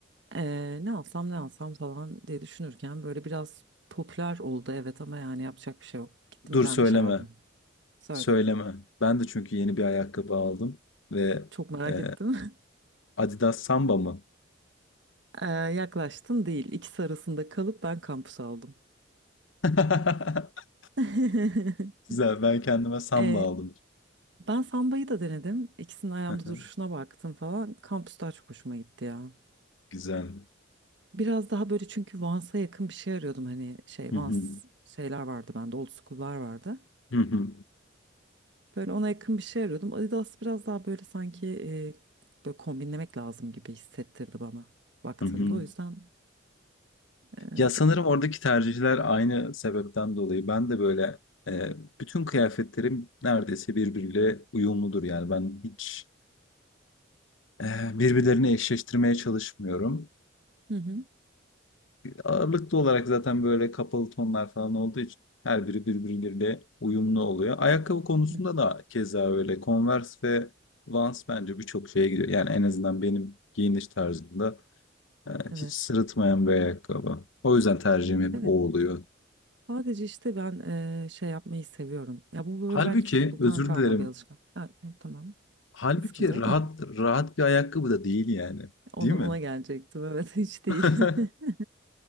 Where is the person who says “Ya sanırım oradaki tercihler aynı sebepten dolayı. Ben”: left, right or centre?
Left